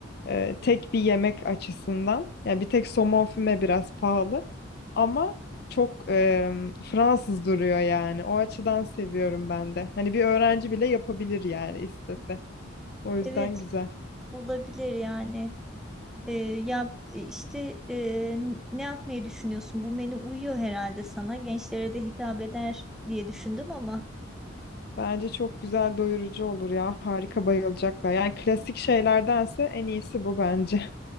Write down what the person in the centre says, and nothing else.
Evet
olabilir yani. Ee, ya e, işte e, ne yapmayı düşünüyorsun? Bu menü uyuyor herhalde sana. Gençlere de hitap eder diye düşündüm ama